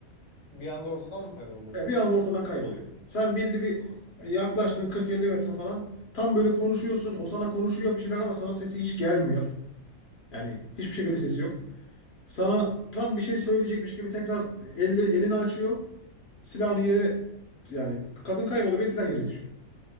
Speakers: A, on the left; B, on the left.
A: Bir anda ortadan mı kayboluyor?
B: Ya bir anda ortadan kayboluyor. Sen belli bir
A: Ah.
B: yaklaştın 40-50 metre falan. Tam böyle konuşuyorsun, o sana konuşuyor bir şeyler ama sana sesi hiç gelmiyor. Yani hiçbir şekilde sesi yok. Sana tam bir şey söyleyecekmiş gibi tekrar elde, elini açıyor. Silahını yere yani kadın kayboluyor ve silah yere düşüyor.